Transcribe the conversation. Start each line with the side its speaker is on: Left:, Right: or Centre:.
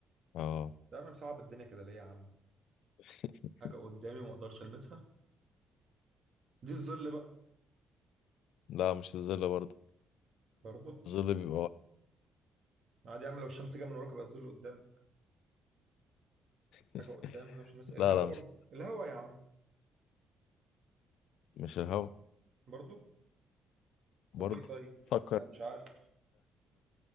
Left: اه
Right: ده أنا مصعب الدنيا كده ليه يا عم
Left: <laughs>
Right: حاجة قدامي ما أقدرش ألمسها دي الظل بقى
Left: لا مش الظل برضه
Right: برضه
Left: الظل بيبقى ورا.
Right: عادي أعمل لو الشمس جاية من وراك بقى الظل قدام
Left: <laughs>
Right: حاجة قدام ما أقدرش ألمسها الهوا
Left: لا لا
Right: برضه
Left: مش
Right: الهوا يا عم
Left: مش الهوا
Right: برضه
Left: برضه
Right: طب إيه طيب
Left: فكر
Right: أنا مش عارف